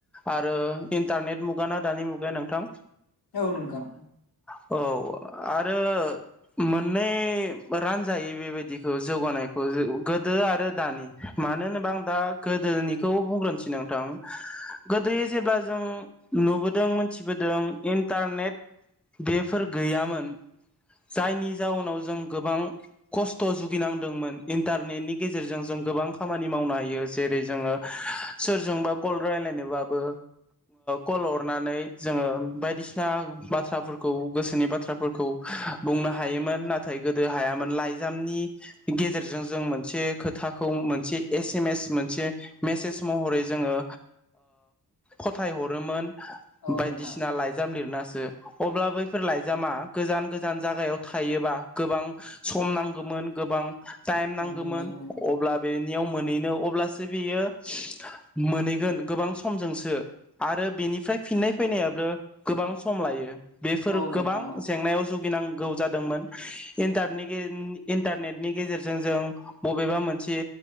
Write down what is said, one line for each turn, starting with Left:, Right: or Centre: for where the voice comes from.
Centre: आरो इन्टारनेट मुगाना दानि मुगाया नोंथां
Left: औ नोंथां
Centre: औ आरो मोननै रानजायै बेबायदिखौ जौगानायखौ गोदो आरो दानि मानो होनोबा आं दा गोदोनिखौ बुंग्रोनोसै नोंथां गोदो जेब्ला जों नुबोदों मोनथिबोदों इन्टारनेट बेफोर गैयामोन जायनि जाउनाव जों गोबां खस्थ' जुगिनांदोंमोन इन्टारनेटनि गेजेरजों जों गोबां खामानि मावनो हायो जेरै जोंङो सोरजोंबा कल रायलायनोबाबो कल हरनानै जोङो बायदिसि ना बाथ्राफोरखौ गोसोनि बाथ्राफोरखौ बुंनो हायोमोन नाथाय गोदो हायामोन लाइजामनि गेजेरजों जों मोनसे खोथाखौ मोनसे एसमेस मोनसे मेसेज महरै जोंङो फाथायहरोमोन
Left: औ
Centre: बायदिसिना
Left: नोंथां
Centre: लाय लिरनासो अब्ला बैफोर लाइजामा गोजान-गोजान जागायाव थायोबा गोबां सम नांगौमोन गोबां टाइम
Left: मोनहैनो
Centre: नांगोमोन अब्ला बेनियाव मोनहैनो अब्लासो बियो मोनहैगोन गोबां समजोंसो आरो बेनिफ्राय फिननाय फैनायाबो गोबां सम लायो बेफोर
Left: औ नोंथां
Centre: गोबां
Left: औ
Centre: जेंनायाव जुग गिनांगौ जादोंमोन इन्टारनेट-इन्टारनेटनि गेजेरजों जों बबेबा मोनसे